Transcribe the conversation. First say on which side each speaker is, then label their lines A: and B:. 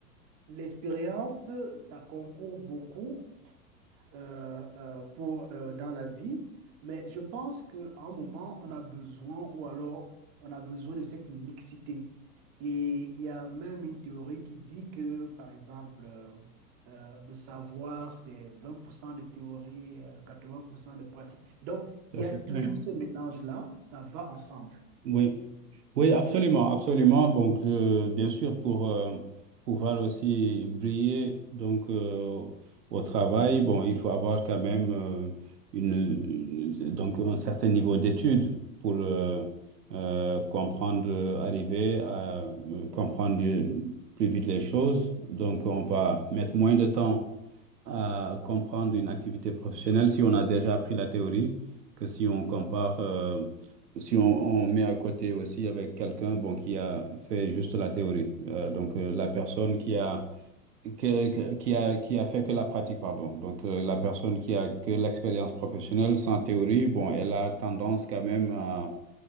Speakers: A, on the right; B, on the right.
A: L'expérience, ça concourt beaucoup euh, euh, pour, euh, dans la vie, mais je pense qu'à un moment, on a besoin, ou alors on a besoin de cette mixité. Et il y a même une théorie qui dit que, par exemple, euh, euh, le savoir, c'est 20% de théorie, euh, 80% de pratique. Donc, il
B: Tout à
A: y
B: fait.
A: a toujours
B: Oui,
A: ce mélange-là, ça va ensemble.
B: oui, Oui, absolument, absolument. Donc, je- bien sûr, pour euh, pouvoir aussi briller donc euh, au travail, bon, il faut avoir quand même euh, une euh, donc un certain niveau d'études pour euh, euh, comprendre, euh, arriver à euh, comprendre euh, plus vite les choses. Donc, on va mettre moins de temps à comprendre une activité professionnelle si on a déjà appris la théorie, que si on compare, euh, si on, on met à côté aussi avec quelqu'un bon, qui a fait juste la théorie. Euh, donc euh, la personne qui a, que- que- qui a, qui a fait que la pratique, pardon. Donc euh, la personne qui a que l'expérience professionnelle sans théorie, bon, elle a tendance quand même à